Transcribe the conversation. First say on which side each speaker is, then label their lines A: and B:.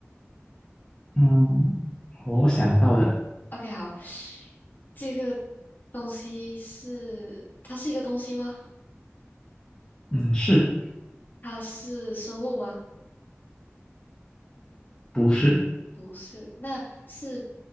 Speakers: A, on the left; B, on the left.
A: 嗯，我想到了，
B: OK，好，这个东西是，它是一个东西吗？
A: 嗯，是
B: 它是生物吗？
A: 不是？
B: 不是，那是